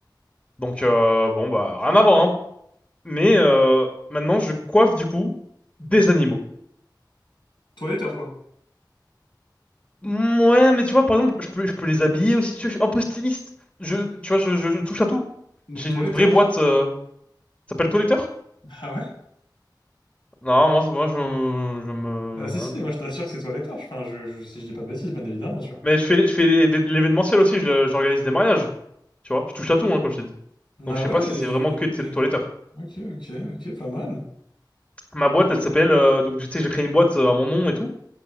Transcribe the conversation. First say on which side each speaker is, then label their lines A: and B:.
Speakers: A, on the left (about 15°); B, on the left (about 80°).
A: Donc, euh, bon, bah, rien à voir, hein, Mais euh, maintenant, je coiffe du coup des animaux.
B: Toiletteur, quoi.
A: Mm, Ouais, mais tu vois, par exemple, je peux, je peux les habiller aussi. Tu vois, je suis un peu styliste. Je, tu vois, je, je- je touche à tout.
B: Donc,
A: J'ai
B: toiletteur.
A: une vraie boîte. Euh, ça s'appelle Toiletteur?
B: Ah ouais?
A: Non, moi, c'est- moi, je, je me,
B: Ah si,
A: ouais,
B: si,
A: bon.
B: moi, je t'assure que c'est toiletteur. Enfin, je, je- si je dis pas de bêtises, bien évidemment, tu vois.
A: Mais je fais, je fais l'éve- l'événementiel aussi. je le- J'organise des mariages. Tu vois, je touche à tout, hein, comme je t'ai dit. Donc,
B: Ah
A: je sais
B: ouais?
A: pas si
B: euh,
A: c'est vraiment que de
B: euh,
A: Toiletteur.
B: Ok, ok, ok, pas mal. <laughs>
A: Ma boîte, elle s'appelle. euh, donc, tu sais, j'ai créé une boîte euh, à mon nom et tout.